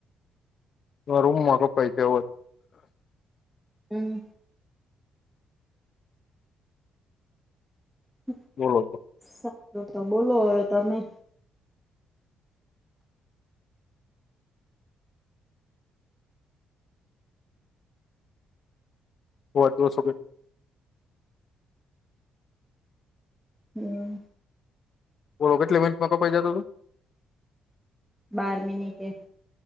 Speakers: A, on the left; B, in the centre.
A: તમારા રૂમમાં કપાય છે અવાજ.
B: હમ હમ
A: બોલો તો
B: સારું તો બોલો હવે તમે.
A: અવાજ તો ઓછો કર.
B: હમ.
A: ઓલો કેટલી મિનીટમાં કપાઈ જાતો તો?
B: બાર મીનીટે.